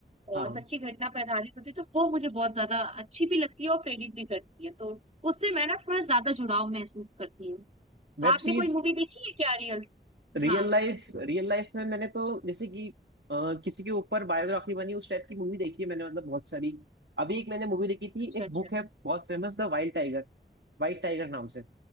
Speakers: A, on the right; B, on the right.
A: हाँ
B: और सच्ची घटना पे आधारित होती है तो वो मुझे बहुत ज्यादा अच्छी भी लगती है और प्रेरित भी करती है तो उससे मैं ना थोड़ा ज्यादा जुड़ाव महसूस करती हूँ तो
A: Web
B: आपने
A: series
B: कोई मूवी देखी है क्या रियल्स
A: Real
B: हाँ
A: life real life में मैंने तो जैसे कि अ, किसी के ऊपर बायोग्राफी बनी उस टाइप की मूवी देखी है मैंने मतलब बहुत सारी अभी एक मैंने मूवी देखी थी
B: अच्छा
A: एक
B: अच्छा
A: बुक
B: अच्छा
A: है बहुत famous the wild tiger white tiger नाम से